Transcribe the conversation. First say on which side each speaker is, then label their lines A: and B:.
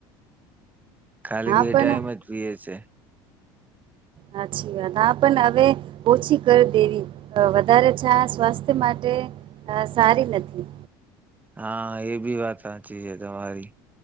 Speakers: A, on the right; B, on the right.
A: ખાલી
B: હા
A: બે
B: પણ
A: ટાઈમ જ પીએ છે.
B: હાછી વાત. હા પણ હવે ઓછી કર દેવી. તો વધારે છાશ સ્વાસ્થ્ય માટે અ સારી નથી.
A: હા એ બી વાત સાચી છે તમારી.